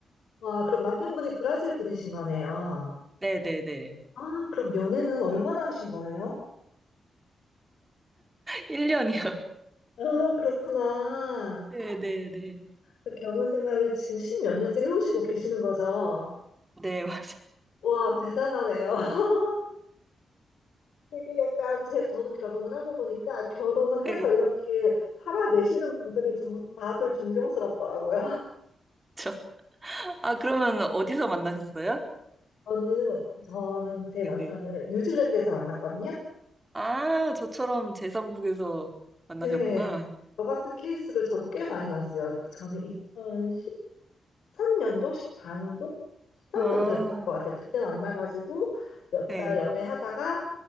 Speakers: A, on the left (about 85°); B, on the right (about 20°).
A: 와, 그럼 남편분이 브라질 분이신 거네요.
B: 네네네.
A: 아, 그럼 연애는 얼마나 하신 거예요?
B: 1년이요.
A: 아, 그렇구나.
B: 네네네. <laughs> 네, 네, 네.
A: 그 결혼 생활을 지금 십몇 년째 해오시고 계시는 거죠?
B: 네, 맞아요.
A: 와, 대단하네요. <laughs> 되게 약간 제, 저도 결혼을 하고 보니까 결혼을
B: 네.
A: 해서 이렇게 살아내시는 분들이 좀 다들 존경스럽더라고요.
B: 저. 아, 그러면 어디서 만나셨어요?
A: 저는, 저는 제
B: 네,
A: 남편을
B: 네.
A: 뉴질랜드에서 만났거든요.
B: 아, 저처럼 제3국에서 만나셨구나.
A: 네. 저 같은 케이스를 저도 꽤 많이 봤어요. 저는 2013년도, 14년도? 13년도에
B: 아,
A: 만난 것 같아요. 그때 만나가지고 몇
B: 네,
A: 달 연애하다가